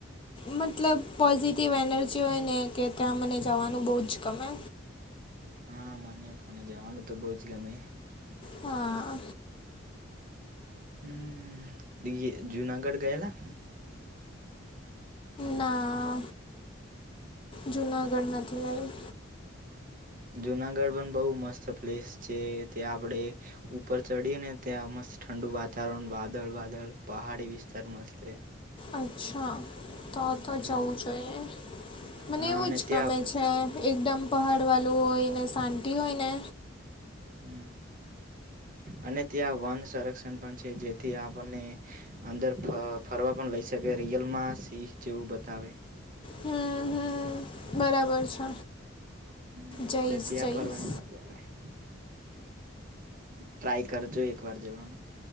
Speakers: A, on the left; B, on the right.
A: મતલબ પોઝિટિવ એનર્જી હોય ને, કે ત્યાં મને જવાનું બહુ જ ગમે.
B: હા, મને પણ એ જવાનું તો બહુંજ ગમે.
A: હા
B: હમ્મ, બીજે જૂનાગઢ ગએલા?
A: ના, જુનાગઢ નથી આઈ.
B: જુનાગઢ પણ બહુ મસ્ત પ્લેસ છે, ત્યાં આપણેે ઉપર ચડીએ ને ત્યાં મસ્ત ઠંડુ વાતાવરણ, વાદળ વાદળ પહાડી વિસ્તાર મસ્ત છે.
A: અચ્છા, તો તો
B: હમ
A: જવું જોઈએ, મને
B: હા
A: એવું
B: અને
A: જ
B: ત્યાં
A: ગમે છે. એકદમ પહાડવાળું હોયને, શાંતિ હોયને.
B: હમ્મ, અને ત્યાં વન સંરક્ષણ પણ છે, જેથી આપણને અંદર ફ ફરવા પણ લઈ શકે, રિયલમાં સિહ જેવું બતાવે.
A: હમ્મ હમ્મ, બરાબર છે.
B: હમ્મ,
A: જઈશ
B: એટલે ત્યાં
A: જઈશ
B: ફરવાની મજા આવે. ટ્રાય કરજો એક વાર જવાનું્